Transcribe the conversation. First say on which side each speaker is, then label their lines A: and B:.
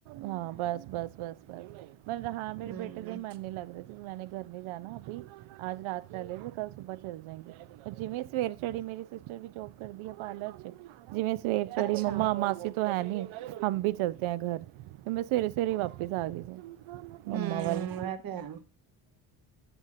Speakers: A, on the right; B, on the right.
A: ਹਾਂ, ਬਸ, ਬਸ, ਬਸ, ਬਸ ਮਤਲਬ ਹਾਂ ਮੇਰੇ
B: ਹੂੰ
A: ਬੇਟੇ, ਦਾ ਹੀ ਮਨ ਨਈ ਲੱਗ ਰਿਹਾ ਸ ਮੈਂਨੇ, ਗਰ ਨਹੀਂ ਜਾਾਨਾ ਅਭੀ, ਆਜ- ਰਾਤ ਰਹਿ ਕੇ ਕੱਲ, ਸੁਬਾਹ ਚਲੇ ਜਾਏਗੇ ਜਿਵੇਂ ਜਿਵੇਂ ਸਵੇਰ ਚੜੀ, ਮੇਰੀ ਸਿਸਟਰ ਵੀ ਜੋਬ ਕਰਦੀ ਹੈ ਪਾਰਲਰ ਚ, ਜਿਵੇਂ ਸਵੇਰ
B: ਅੱਛਾ-ਅੱਛਾ-ਅੱਛਾ
A: ਚੜ੍ਹੀ ਮੰਮਾ ਮਾਸੀ ਤੋਂ ਹੈ ਨਹੀਂ, ਹਮ ਭੀ ਚਲਤੇ ਹੈ ਗਰ ਤੇ ਮੈਂ ਸਵੇਰੇ- ਸਵੇਰੇ ਵਾਪਿਸ ਆ ਗਈ ਸੀ, ਮੰਮਾ
B: ਹੂੰ ਇਹ
A: ਵੱਲ ਹਾਂ।
B: ਤੇ ਹੈ